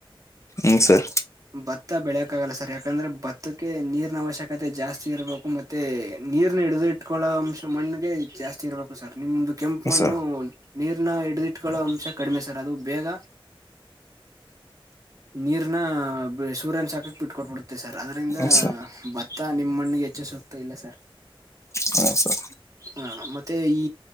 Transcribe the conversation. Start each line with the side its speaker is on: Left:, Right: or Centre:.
Left: ಹ್ಮ್ ಸರ್
Right: ಭತ್ತ ಬೆಳೆಯಕ ಆಗಲ್ಲ ಸರ್ ಯಾಕಂದ್ರೆ ಭತ್ತಕ್ಕೆ ನೀರ್ನ ಅವಶ್ಯಕತೆ ಜಾಸ್ತಿ ಇರ್ಬೇಕು ಮತ್ <unintelligible> ತ್ತೆ ನೀರ್ನ ಹಿಡ್ದು ಇಟ್ಕಳೋ ಅಂಶ ಮಣ್ಣಗೆ ಜಾಸ್ತಿ ಇರಬೇಕು. ಹ ಸರ್ ನಿಮ್ದು ಕೆಂಪು ಮಣ್ಣು
Left: ಸರ್
Right: ನೀರ್ನ ಹಿಡ್ದಿಟ್ಕೊಳ್ಳೋ ಅಂಶ ಕಡಿಮೆ ಸರ್ ಅದು ಬೇಗ. ನೀರ್ನ ಸೂರ್ಯನ ಶಾಕಕ್ ಬಿಟ್ಕೋಟ್ ಬಿಡುತ್ತೆ ಸರ್ ಅದರಿಂದ
Left: ಹ್ಮ್ ಸರ್
Right: ಬ <unintelligible> ತ್ತಾ ನಿಮ್ ಮಣ್ಣಿಗೆ ಹೆಚ್ಚು ಸುಕ್ತ ಇಲ್ಲ ಸರ್.
Left: ಹ ಸರ್
Right: ಹ ಮತ್ತೆ ಈ